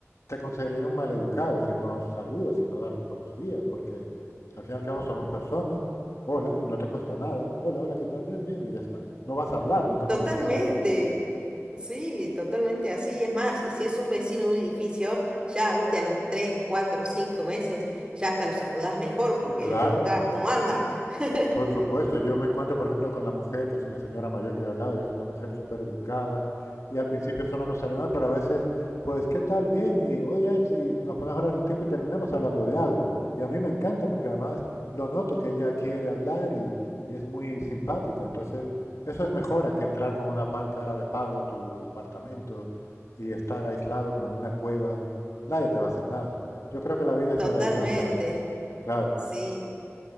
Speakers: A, on the left; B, on the right.
A: te consideraría un maleducado si no saludas, si no das los buenos días, porque al fin y al cabo somos personas, hola, y no te cuesta nada, hola, hola, ¿qué tal? Bien, bien, y ya está. No vas a hablar, no te
B: Totalmente.
A: pones a hablar.
B: Sí, totalmente así. Es más, y si es un vecino de un edificio, ya, viste, a los tres, cuatro, cinco meses, ya hasta lo saludás mejor porque
A: Eh, Claro,
B: le preguntabas cómo anda. <laughs>
A: Por supuesto, yo me encuentro, por ejemplo, con la mujer, que es una señora mayor que hay al lado, y es una mujer súper educada, y al principio solo nos saluda, pero a veces, pues, ¿qué tal? Bien, y oye, es- y nos ponemos a hablar el tiempo y terminamos hablando de algo. Y a mí me encanta porque además lo noto que ella quiere hablar y, y es muy simpática. Entonces, eso es mejor a que entrar con una par- cara de palo a tu apartamento y estar aislado como en una cueva. Nadie te va a hacer nada. Yo creo que la vida es
B: Totalmente.
A: maravillosa, claro
B: Sí,